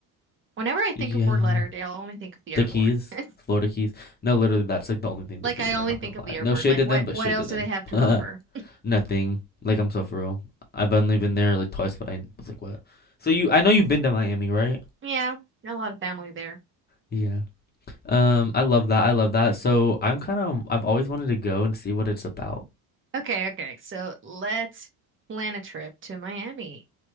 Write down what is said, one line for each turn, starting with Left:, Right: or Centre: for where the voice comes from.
Right: Whenever I think
Left: Yeah.
Right: of Fort Lauderdale, I only think of the
Left: The
Right: airport.
Left: Keys,
Right: <laughs>
Left: Florida Keys. No, literally that's like the only thing
Right: Like
Left: they do
Right: I
Left: there,
Right: only
Left: not
Right: think
Left: gonna
Right: of
Left: lie.
Right: the airport.
Left: No shade
Right: Like
Left: to
Right: what
Left: them, but
Right: what
Left: shade
Right: else
Left: to them.
Right: do they have to
Left: <laughs>
Right: offer?
Left: Nothing. Like I'm so for real. I've only been there like twice, but I was like, what? So you I know you've been to Miami, right?
Right: Yeah, got a lot of family there.
Left: Yeah. Um, I love that. I love that. So I'm kind of I've always wanted to go and see what it's about.
Right: Okay, okay. So let's plan a trip to Miami.